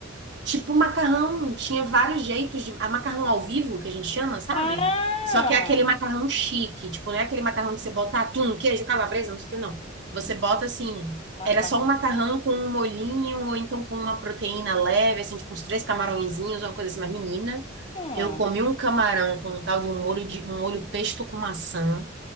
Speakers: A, on the right (about 60°); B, on the left (about 30°).
A: Tipo macarrão, tinha vários jeitos de. A macarrão ao vivo, que a gente chama, sabe?
B: Ah!
A: Só que é aquele macarrão chique, tipo, não é aquele macarrão que você bota atum, queijo, calabresa, não sei o que, não. Você
B: hum,
A: bota assim,
B: Macarrão
A: era só um macarrão
B: chique.
A: com um molhinho, ou então com uma proteína leve, assim, tipo, uns três camarõezinhos, uma coisa assim, mas menina.
B: Hum.
A: Eu comi um camarão com um tal de um molho de um molho pesto com maçã.